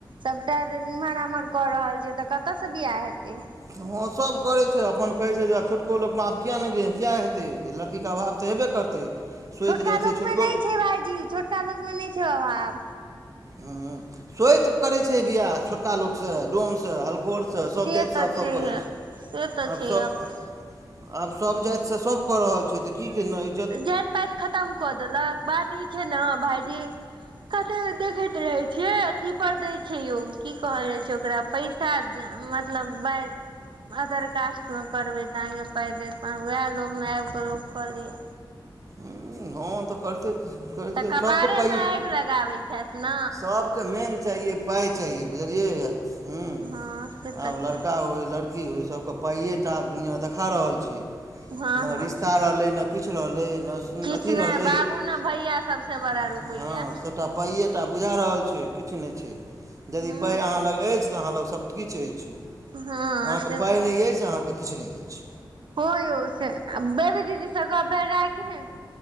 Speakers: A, on the right; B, on the right.
A: सबटा इम्हर -आम्हर कऽ रहल छै तऽ कतऽ से बियाह हेतै।
B: हँ सब करै छै अपन कहै छै जे आब छोटको लोकमे आब किया ने गे किया हेतै लड़की- तऽ अभाव तऽ हेबे करतै। सोति
A: छोटका
B: जाइ
A: लोक
B: छै छोटको
A: मे नै छै भाइजी छोटका लोक मे नै छै अभाव।
B: हूँ सोइत करै छै बियाह छोटका लोकसँ डोमसँ हलखोरसँ।
A: से
B: सब जाइतिसँ
A: तऽ
B: आब
A: छैहे
B: सब करै छै
A: से तऽ
B: आब
A: छैहे
B: सब-
A: अपन
B: आब सभ जातिसँ सभ कऽ रहल छै, तऽ की नई
A: जाइत पाइत खतम कऽ देलक बात ई छै, न भाायजी कते देखैत रहे छियै, अथी पर दय छै यौ, की कह रहे छै, ओकरा पैसा चारज मतलब बइ मदर कास्टमे करबै तऽ अहाँके पाइ देत, अहाँ ओएह लोभमे आएब कऽ लोक कऽ लैए।
B: ह हँ तऽ करिते - करिते
A: तऽ कपारे
B: सभके पई
A: मे आगि लगाबै छएथ न।
B: सभके मेन चाहियै पाइ चाहिए बुझलियै हुं
A: हँ से तऽ
B: आब
A: छै
B: लड़का होइ लड़की होइ सबक पाईऐ टा आब दुनिया देखा रहल छय,
A: हँ
B: ना
A: हँ
B: रिसता रहलै। न किछ रहलें ना
A: किछु
B: अथि रहलें
A: नहि बाबू ने भैया सबसे बड़ा
B: <inaudible>
A: रुपैया
B: हँ सबटा पाइए टा बुझा रहल छै, किछु नै छै, यदि
A: हँ
B: पाइ अहाँ
A: से
B: लग अईछ तऽ अहाँ लग सभ किछ अइछ अहाँके
A: हँ से
B: पाइ नैअईछ अहाँके किछु ननै अइछ।
A: हं यो से बेबी दीदी स गप्प भेल रहे कि ने।